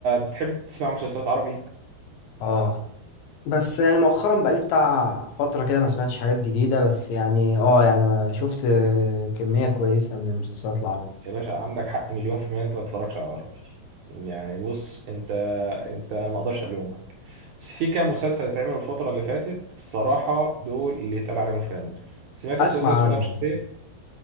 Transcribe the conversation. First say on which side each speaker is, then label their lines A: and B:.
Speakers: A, on the right (about 70°); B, on the left (about 90°).
A: بتحب تسمع مسلسلات عربي
B: اه بس يعني مؤخرا بقالي بتاع فتره كده ما سمعتش حاجات جديده بس يعني اه يعني انا شفت آه، كميه كويسه من المسلسلات العربية
A: يا باشا عندك حق مليون في المية إن انت ما تتفرجش على عربي يعني بص انت انت انا ما اقدرش الومك بس في كام مسلسل اتعملوا الفترة اللي فاتت الصراحة دول اللي اتقال عليهم فن سمعت
B: اسمع
A: مسلسل اسمه
B: عنه
A: لام شمسية